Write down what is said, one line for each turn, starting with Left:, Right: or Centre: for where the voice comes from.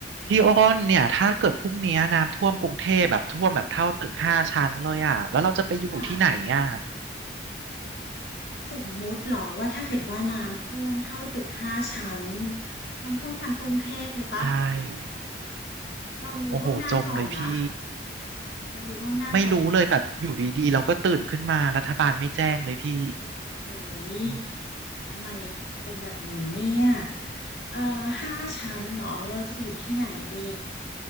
Right: พี่อ้นเนี่ยถ้าเกิดพรุ่งนี้น้ำท่วมกรุงเทพแบบท่วมแบบเท่าตึกห้าชั้นเลยอ่ะแล้วเราจะไปอยู่ที่ไหนอ่ะ
Left: ค่ะค่ะสมมุติเหรอว่าถ้าเกิดว่าน้ำท่วมเท่าตึกห้าชั้นมันท่วมทางกรุงเทพเลยปะ
Right: ใช่
Left: เรารู้ล่วงหน้าก่อนมะ
Right: โอ้โหจมเลยพี่
Left: เรารู้ล่วงหน้าก่อนไหม
Right: ไม่รู้เลยแบบอยู่ดีๆเราก็ตื่นขึ้นมารัฐบาลไม่แจ้งเลยพี่
Left: โอ้ย
Right: อืม
Left: ทำไมเป็นแบบนี้เนี่ยเอ่อห้าชั้นเหรอเราจะไปอยู่ที่ไหนดี